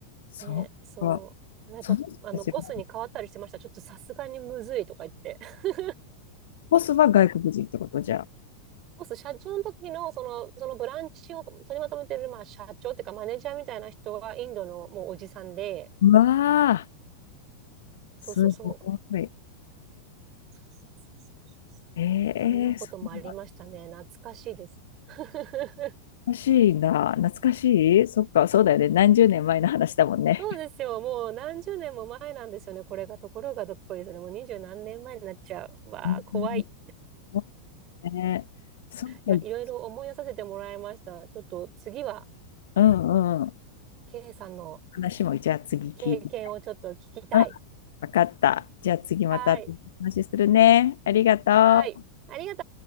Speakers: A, on the left (about 60°); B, on the right (about 35°).
A: そっか。
B: ね、そう。やっぱ、
A: その人たちが、
B: あの、ボスに変わったりしてました。ちょっとさすがにむずいとか言って。<laughs>
A: ボスは外国人ってことじゃあ。
B: ボス、社長の時の、その、そのブランチを取りまとめてる、まあ、社長っていうか、マネージャーみたいな人は、インドのもうおじさんで、
A: うわあ、
B: そうそうそう。
A: すごい。
B: そうそうそうそうそう。
A: ええーそうな
B: そんなこともありましたね。懐かしいです。<laughs>
A: 懐かしいな。懐かしいそっか、そうだよね。何十年前の話だもんね。
B: そうですよ。もう何十年も前なんですよね。これがところがどっこいですね。もう二十何年前になっちゃう。わあ、
A: うん
B: 怖い。
A: そうねそっか。
B: いや、
A: うん
B: いろいろ思い出させてもらいました。ちょっと次は、
A: うんうん。
B: ケイさんの
A: 話も、じゃあ次聞いて。
B: 経験をちょっと聞きたい。
A: うん、わかった。じゃあ次また話するね。
B: はい。
A: ありがとう。
B: はい。ありが